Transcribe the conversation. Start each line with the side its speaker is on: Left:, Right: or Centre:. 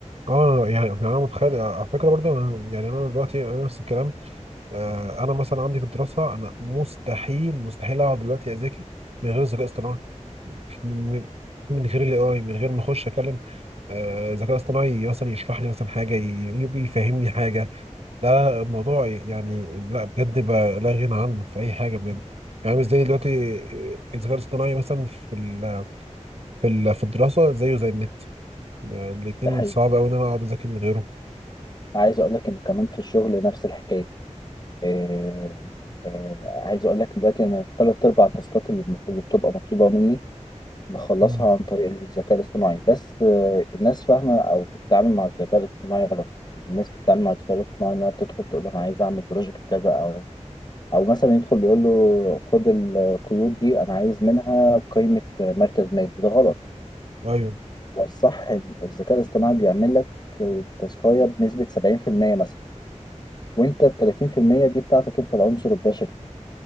Right: اه يعني يعني انا متخيل على فكره برضو أنا- يعني انا دلوقتي انا نفس الكلام آه، انا مثلا عندي في الدراسه انا مستحيل مستحيل اقعد دلوقتي اذاكر من غير ذكاء اصطناعي من من غير الاي اي من غير ما اخش اكلم آه، ذكاء اصطناعي مثلا يشرح لي مثلا حاجه ي- يبي يفهمني حاجه لا الموضوع يعني لا بجد بقى لا غنى عنه في اي حاجه بجد يعني مش زي دلوقتي آه، الذكاء الاصطناعي مثلا في ال في ال في الدراسه زيه زي النت يعني الاتنين
Left: ده حقيقي
Right: صعب قوي ان انا اقعد اذاكر من غيره
Left: عايز اقول لك انه كمان في الشغل نفس الحكايه آه آه عايز اقول لك دلوقتي انا ثلاث ارباع التاسكات اللي المفروض- اللي بتبقى مطلوبه مني بخلصها
Right: مم.
Left: عن طريق الذكاء الاصطناعي بس آه الناس فاهمه او بتتعامل مع الذكاء الاصطناعي غلط الناس بتتعامل مع الذكاء الاصطناعي انها بتدخل تقول له انا عايز اعمل بروجكت كذا او او مثلا يدخل يقول له خد القيود دي انا عايز منها قيمه مركز مالي ده غلط
Right: ايوه
Left: هو الصح إن الذكاء الاصطناعي بيعمل لك التاسكايه بنسبه 70% مثلا وانت ال 30% دي بتاعتك انت العنصر البشري